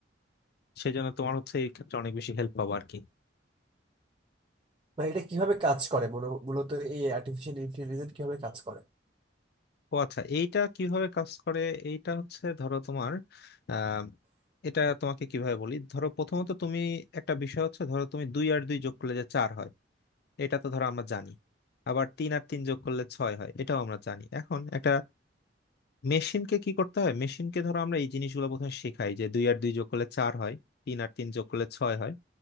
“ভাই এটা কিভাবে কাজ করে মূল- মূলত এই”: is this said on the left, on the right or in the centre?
Right